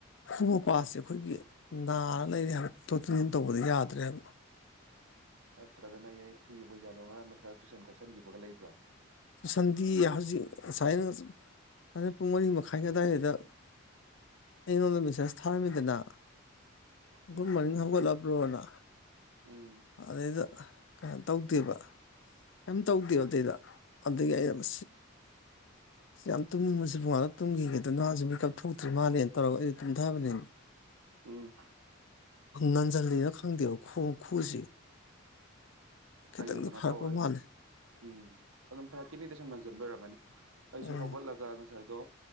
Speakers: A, on the left; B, on the right.
A: ꯈꯨꯕ ꯄꯦ ꯑꯩꯈꯣꯏꯒꯤ ꯅꯥꯔ ꯂꯩꯔꯤ ꯍꯥꯏꯕ ꯇꯣ ꯇꯤꯟꯁꯤꯟ ꯇꯧꯕꯗ ꯌꯥꯗ꯭ꯔꯦꯕ
B: ꯑ ꯅꯠꯇ꯭ꯔꯒꯅ ꯌꯥꯏ ꯊꯤꯈꯤꯕꯒꯤ ꯂꯣꯔ ꯅꯠꯇ꯭ꯔꯒ ꯇꯨꯏꯁꯟ ꯈꯣꯠꯆꯟꯈꯤꯕꯒ ꯂꯩꯕ꯭ꯔꯥ
A: ꯁꯟꯗꯤ ꯍꯧꯖꯤꯛ ꯉꯁꯥꯏꯅ ꯁꯥꯏ ꯄꯨꯡ ꯃꯔꯤ ꯃꯈꯥꯏ ꯑꯗꯨꯗꯥꯋꯥꯏꯗ ꯑꯩꯉꯣꯟꯗ ꯃꯦꯁꯦꯖ ꯊꯥꯔꯝꯃꯤꯗꯅ ꯨꯗ
B: ꯎꯝ
A: ꯃꯣꯔꯅꯤꯡ ꯍꯪꯀꯣꯜ ꯕ꯭ꯔꯣꯅ
B: ꯎꯝ
A: ꯑꯗꯨꯗꯩꯗ ꯀꯩꯅꯣ ꯇꯧꯗꯦꯕ ꯀꯩꯔꯤꯝ ꯇꯧꯗꯦꯕ ꯑꯗꯨꯗꯩꯗ ꯑꯗꯒꯤ ꯑꯩꯅ ꯌꯥꯝ ꯇꯨꯝꯅꯤꯡꯕꯁꯤ ꯃꯉꯥꯗ ꯇꯨꯝꯈꯤꯒꯦꯗ ꯅꯍꯁꯤꯦ ꯃꯦꯀꯞ ꯊꯣꯛꯇ꯭ꯔꯤ ꯃꯥꯜꯂꯦꯅ ꯇꯧꯔꯒ ꯑꯩꯗꯤ ꯇꯨꯝꯊꯕꯅꯤꯅ
B: ꯎꯝ
A: ꯅꯟꯁꯤꯜꯂꯤꯅ ꯈꯪꯗꯦꯕ ꯈꯨꯁꯤ ꯈꯤꯇꯪꯗꯤ
B: ꯑꯩꯁꯨ ꯀꯩꯅꯣ
A: ꯐꯔꯛꯄ
B: ꯇꯧꯋꯦ
A: ꯃꯥꯜꯂꯦ
B: ꯎꯝ ꯑꯗꯨꯝ ꯈꯥꯔ ꯀꯤꯅꯤꯗ ꯁꯨꯝ ꯅꯟꯖꯟꯕꯔꯒꯅꯤ ꯑꯩꯁꯨ
A: ꯎꯝ
B: ꯍꯧꯒꯠꯂꯒ ꯉꯁꯥꯏꯗꯣ